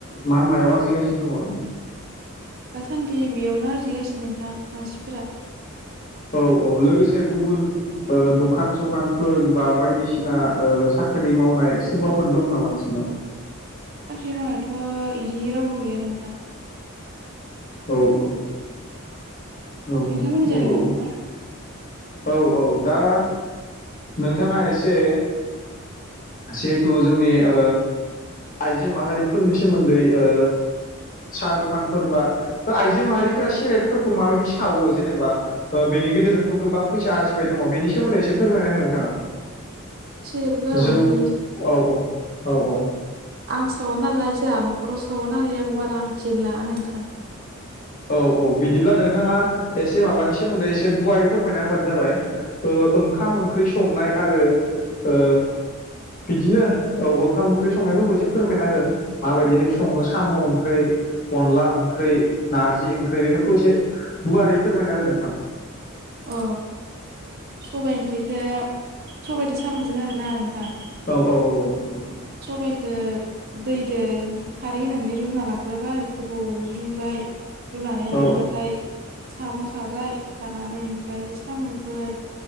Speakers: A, on the left; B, on the right.
A: मा मायाव आरजिगासिनो दङ '?
B: दासान्दि बेयावनो आरजिगासिनो नोंथां मानसिफोरा
A: औ औ लोगोसे गुबुन ओ दखान-सखानफोर बा बायदिसिना ओ साख ख्रि मावनाय सोरबाफोर दं नामा नोंसोरनियाव?
B: साख्रि मावनायथ' इदि रावबो गैया नोंथां
A: औ औ औ औ
B: नोंथांमोननि
A: नंगौ
B: जादों नोंथां
A: औ औ दा नोंथाङा एसे जिहेथु जोंनि ओ आइजो माहारिफोरनि सोमोन्दै ओ साहा दखानफोर बा ओ आइजो माहारिफोरा सेरेबफोरखौ माबायदि सावो जेनेबा ओ बेनि गेजेरजोंथ' गोबां फैसा आरजिबाय दङ बेनि सोमोन्दै एसे फोरमायना हो नोंथाङा
B: सेरेबखौ
A: जौ
B: <unintelligible>
A: औ औ औ औ
B: आं सावा नालाय जाहा न'खराव सावानालाय आं बारा मिथिलाय लाङा नोंथां।
A: औ औ बिदिब्ला नोंथाङा एसे माबानि सोमोन्दै एसे गुवारै फोरमायना होबानो जाबाय। ओ ओंखाम ओंख्रि संनाय आरो ओ बिदिनो औ ओंखाम ओंख्रि संनायफोरखौ एसे फोरमायना हो माबायदिहाय सङो साम' ओंख्रै अनला ओंख्रै नारजि ओंख्रै बेफोरखौ एसे गुवारै फोरमायना हो नोंथां
B: अ सबाइ ओंख्रिखो सबाइदो सामजों आरोना नोंथां
A: औ औ औ औ औ
B: सबाइखो दैदो खारै होनानै रुना लाग्रोबाय गोबोव रुबाय रुनानै रुइबाथाय
A: औ
B: सागं साबाय सानानै ओमफ्राय सामुखो